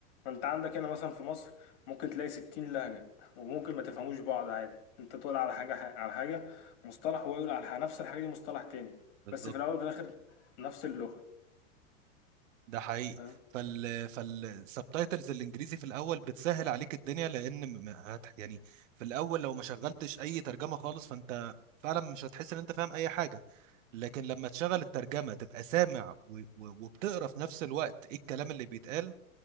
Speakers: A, on the left (about 55°); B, on the right (about 65°).
A: ما أنت عندك هنا مثلا في مصر ممكن تلاقي ستين لهجة وممكن ما تفهموش بعض عادي أنت تقول على حاجة على حاجة مصطلح وهو يقول على ح- نفس الحاجة دي مصطلح تاني
B: بالظبط
A: بس في الأول وفي الآخر نفس اللغة
B: ده حقيقي
A: فاهم؟
B: فال فالسبتايتلز الانجليزي في الاول بتسهل عليك الدنيا لان م- م- هت- يعني في الاول لو ما شغلتش اي ترجمه خالص فانت فعلا مش هتحس ان انت فاهم اي حاجه لكن لما تشغل الترجمه تبقى سامع و... و... وبتقرا في نفس الوقت ايه الكلام اللي بيتقال